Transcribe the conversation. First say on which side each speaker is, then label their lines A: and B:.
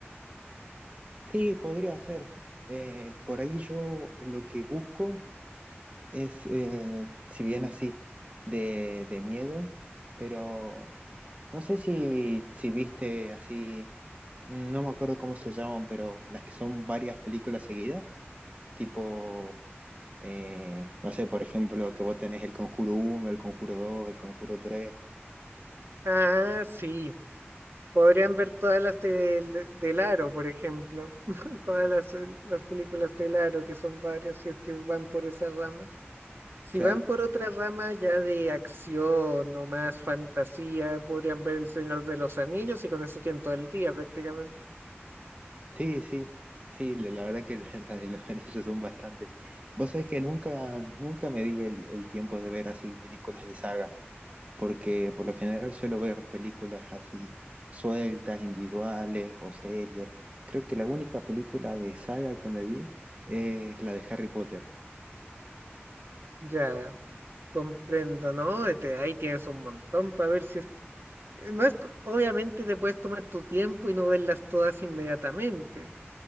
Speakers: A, on the right; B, on the right.
A: Sí, podría ser. Eh, por ahí yo lo que busco es, eh, si bien así, de, de miedo, pero No sé si, si viste así, mm, no me acuerdo cómo se llaman, pero las que son varias películas seguidas, tipo, eh, no sé, por ejemplo, que vos tenés el Conjuro uno el Conjuro dos el Conjuro tres
B: Ah, sí. Podrían ver todas las del, del Aro, por ejemplo, <laughs> todas las, eh, las películas del Aro, que son varias, si es que van por esa rama. Si
A: Claro,
B: van por otra rama ya de acción o más fantasía, podrían ver El Señor de los Anillos y con eso tienen todo el día prácticamente.
A: sí, sí, sí, la la verdad que <laughs> la- las de los anillos son bastante. Vos sabés que nunca, nunca me di el, el tiempo de ver así películas de saga. porque por lo general suelo ver películas así sueltas, individuales o series. Creo que la única película de saga que me vi es la de Harry Potter.
B: Ya, comprendo, ¿no? Este, ahí tienes un montón para ver si es... No es, co- obviamente te puedes tomar tu tiempo y no verlas todas inmediatamente.